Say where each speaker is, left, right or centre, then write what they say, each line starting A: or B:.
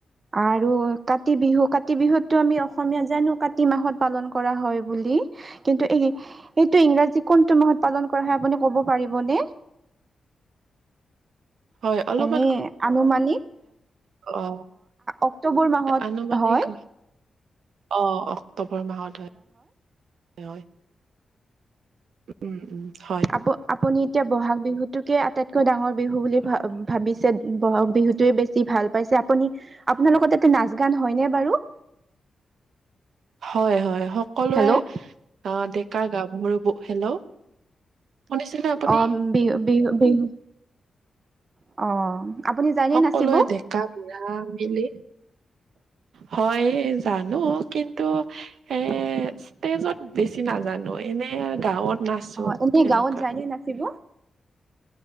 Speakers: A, on the right (about 40°); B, on the right (about 80°).
A: আৰু কাতি বিহু কাতি বিহুতটো আমি অসমীয়া জানো কাতি মাহত পালন কৰা হয় বুলি। কিন্তু এই এইটো ইংৰাজী কোনটো মাহত পালন কৰা হয় আপুনি। ক'ব পাৰিবনে।
B: হয় অলপ
A: এনে আনুমানিক
B: অ
A: অক্টোবৰ মাহত
B: আন মানান
A: হয়
B: ক। অ অক্টোবৰ মাহত হয়। হয় উম উম। হয়।
A: আপুনি। আপুনি এতিয়া বহাগ বিহুটোকে আটাইতকৈ ডাঙৰ বিহু বুলি ভ ভাবিছে বহাগ বিহুটোৱে বেছি ভাল। ভাল পাইছে আপুনি আপোনাৰ লগত এইটো নাচ গান হয়নে বাৰু।
B: হয় হয় সকলোৱে
A: হেল্ল'
B: ডেকা গাভৰু হেল্ল'। শুনিছেনে আপুনি?
A: অ বিহ বিহু বিহু। অ। আপুনি যায়নে
B: সকলোৱে
A: নাচিব?
B: ডেকা বুঢ়া মিলি।
A: <unintelligible>
B: হয় জানো কিন্তু এ ষ্টেজত বেছি নাজানো। এনে আৰু গাঁৱত নাচো
A: অ এনেই
B: এনেকুৱা।
A: গাঁৱত যায়নে নাচিব?